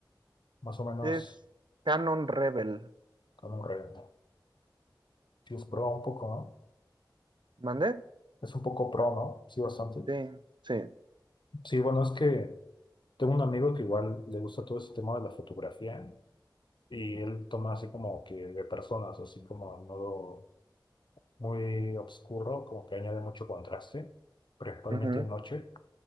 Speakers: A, on the left (about 75°); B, on the right (about 75°).
A: más o menos
B: es Canon Rebel.
A: con un red, ¿no? Sí, es pro un poco, ¿no?
B: ¿Mandé?
A: Es un poco pro, ¿no? Sí, bastante.
B: Sí, sí.
A: Sí, bueno, es que tengo un amigo que igual le gusta todo ese tema de la fotografía y él toma así como que de personas, así como en modo muy oscuro, como que añade mucho contraste, principalmente
B: Ujú,
A: de noche,